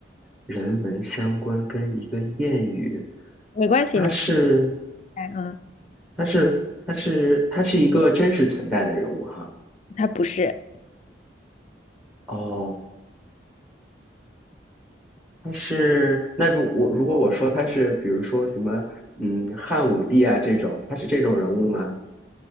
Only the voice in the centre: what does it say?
人文相关跟一个谚语，
它是。
他是他是他是一个真实存在的人物哈。
哦，他是那如我如果我说他是，比如说什么嗯汉武帝啊这种，他是这种人物吗？